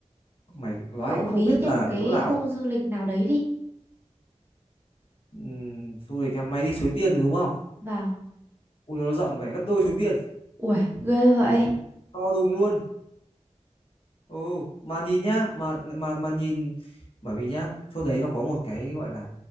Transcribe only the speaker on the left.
mày nói
không
biết
là
chỗ nào
um, du lịch em mày đi Suối Tiên rồi đúng không
ui nó rộng phải gấp đôi Suối Tiên
to đùng luôn ừ mà nhìn nhá mà mà mà nhìn bởi vì nhá chỗ đấy nó có một cái gọi là